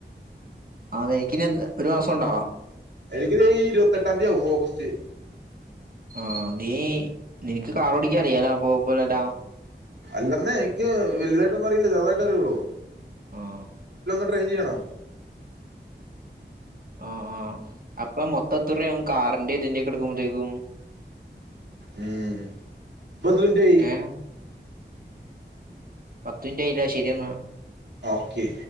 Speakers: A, on the right; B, on the right.
A: ആ നിനക്കിനി ഒരു മാസം ഉണ്ടോ
B: ഇ ഇരുപത്തി എട്ടാം തീയതിയാവും ഓഗസ്റ്റ്
A: ആഹ നീ നിനക്ക് കാറോടിക്ക അറിയാലാ പോപ്പലട്ടാ
B: അല്ലെന്നേ എനിക്ക് വലുതായിട്ടൊന്നും അറിയില്ല ചെറുതായിട്ട് അറിയുള്ളൂ
A: ആഹ
B: ചെയ <unintelligible>
A: ആ ആ അപ്പൊ മൊത്തം എത്രൂപ ആകും കാറിന്റെ ഇതിന്റെയൊക്കെടുക്കുമ്പത്തേക്കും
B: ഉം ബദലുന്റെ
A: ഏഹ് പത്ത് മിനിറ്റായില്ലേ ശരിയെന്നാ
B: ഓക്കെ